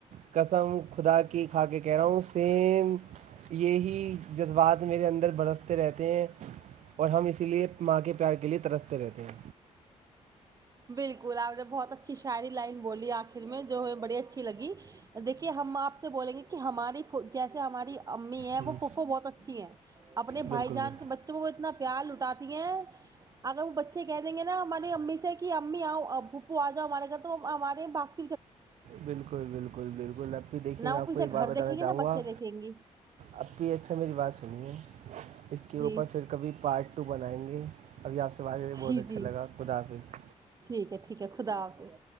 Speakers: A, on the right; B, on the right.
A: قسم خدا کی کھا کے کہہ رہا ہوں سیم یہی جذبات میرے اندر برستے رہتے ہیں اور ہم اسی لیے ماں کے پیار کے لیے ترستے رہتے ہیں
B: بالکل آپ نے بہت اچھی شاعری لائن بولی آخر میں جو ہم بڑی اچھی لگی دیکھیے ہم آپ سے بولیں گے کہ ہماری جیسے ہماری امی ہیں
A: ہوں،
B: وہ پھوپھو بہت اچھی ہیں اپنے
A: بالکل
B: بھائی
A: بالکل
B: جان کے بچے وہ اتنا پیار لٹاتی ہیں اگر وہ بچے کہہ دیں گے نا ہماری امی سے کہ امی پھوپھو آ جاؤ ہمارے گھر تو ہمارے باق
A: بالکل بالکل بالکل اب بھی دیکھیے
B: نہ
A: میں
B: وہ
A: آپ
B: پیچھے
A: کو ایک بات
B: گھر
A: بتانا
B: دیکھیں گے
A: چاہوں
B: نہ بچے
A: گا
B: دیکھیں گی
A: اب بھی اچھا میری بات سنیے اس کے
B: جی
A: اوپر پھر کبھی پارٹ ٹو بنائیں گے ابھی آپ سے بارے بہت
B: جی
A: اچھا
B: جی
A: لگا خداحافظ
B: ٹھیک ہے ٹھیک ہے خدا حافظ